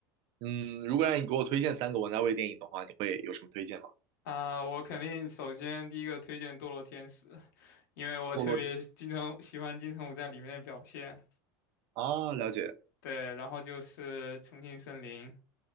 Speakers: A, on the right; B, on the left.
A: 嗯，如果让你给我推荐三个王家卫电影的话，你会有什么推荐吗？
B: 啊、我肯定首先第一个推荐《堕落天使》，因为我特别金城喜欢金城武在里面的表现。
A: 堕落啊，了解
B: 对，然后就是《重庆森林》